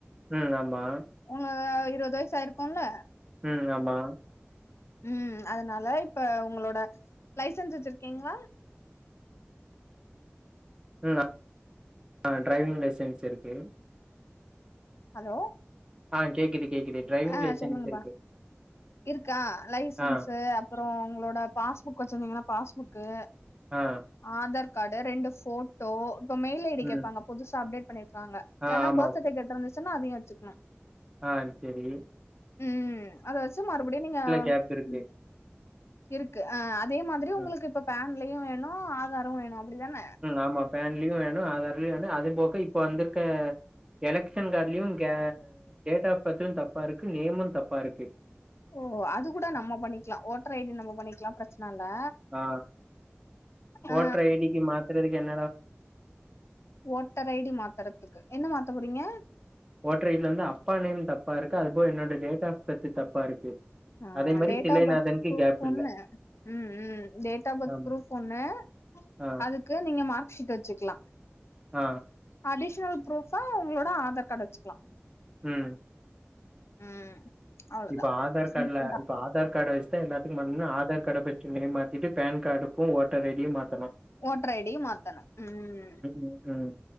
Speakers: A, on the right; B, on the left.
A: அ ஆமா
B: உங்க இருவது வயசு ஆயிருக்குல்ல
A: ம் ஆமா.
B: ம் அதனால இப்ப உங்களோட லைசன்ஸ் வெச்சிருக்கீங்ளா
A: ம் ஆ ஆ டிரைவிங் லைசென்ஸ் இருக்கு
B: ஹலோ
A: ஆ கேக்குது கேக்குது டிரைவிங்
B: ஆ
A: லைசன்ஸ்
B: சொல்லுங்கப்பா
A: இருக்கு.
B: இருக்கா லைசன்ஸு
A: ஆ
B: அப்புற உங்களோட பாஸ்புக் வச்சிருந்தீங்கனா பாஸ்புக்கு
A: ஆ
B: ஆதார் கார்ட் ரெண்டு போட்டோ இப்ப மெயில் ஐ டி
A: ம்
B: கேப்பாங்க புதுசா அப்டேட் பண்ணிருக்காங்க
A: ஆ
B: இல்லனா
A: ஆமா
B: பர்த் சர்டி பிகேட் இருந்துச்சுனா அதையு வெச்சுக்கனு
A: ஆ செரி
B: ம் அத வெச்சு மறுபடியு நீங்க
A: கேப் இருக்கு.
B: ம் இருக்கு ஆ அதே மாதிரி
A: ம்
B: உங்களுக்கு இப்ப பேன்லயு வேணு ஆதாரு வேணு அப்பிடிதான
A: ஆமா பேன்லயு வேணு ஆதார்லயு வேணு அது போக இப்ப வந்திருக்க எலக்க்ஷன் கார்ட்லயு கே டேட் ஆஃப் பர்த்து தப்பா இருக்கு நேமு தப்பா இருக்கு
B: ஓ அது கூட நம்ம பண்ணிக்லா ஓட்டர் ஐடி நம்ம பண்ணிக்லா ப்ரச்சன இல்ல
A: ஆ
B: ஆ
A: ஓட்றைடிக்கு மாத்திரதுக்கு என்னலா
B: ஓட்டர் ஐடி மாத்துறதுக்கு என்ன மாத்த போறீங்க
A: ஓட்டுற ஐடில வந்து அப்பா நேம் தப்பா இருக்கு அதுபோல என்னோட டேட் ஆஃப் பெர்து தப்பா இருக்கு
B: ஆ
A: அதே மாரி
B: டேட்
A: தில்லைநாதனுக்கு
B: ஆஃப் பர்த் ப்ரூப்
A: கேப்
B: ஒண்ணு
A: இல்ல.
B: ம் ம் டேட் ஆஃப் பர்த்
A: ஆம்
B: ப்ரூப் ஒண்ணு
A: ஆ
B: அதுக்கு நீங்க மார்க் ஷீட் வச்சுக்கலா
A: ஆ
B: அடிஷனல் ப்ரூஃபா உங்களோட ஆதார் காட் வச்சுக்கலா
A: ம்
B: ம் அவ்ளோதா
A: இப்ப ஆதார்
B: சிம்பிள்
A: காடுல
B: தா
A: இப்ப ஆதார் காடு வச்த்தா எல்லா <unintelligible> ஆதார் கார்ட ஃபஸ்ட்டு <unintelligible> மாத்திட்டு பேன் கார்டுக்கு ஓட்டர் ஐடியு மாத்தணு
B: ஓட்ர ஐ டியு மாத்தனு ம்
A: ம், ம்.